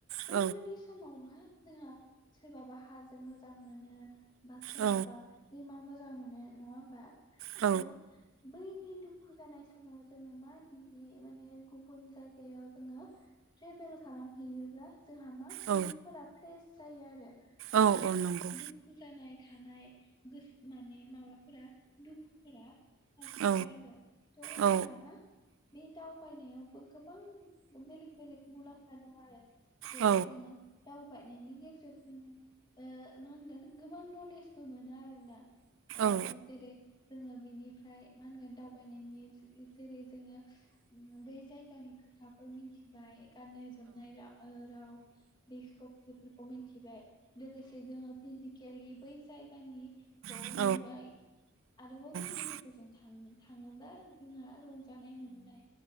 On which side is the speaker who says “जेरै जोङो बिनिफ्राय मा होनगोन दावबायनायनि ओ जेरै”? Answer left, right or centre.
Left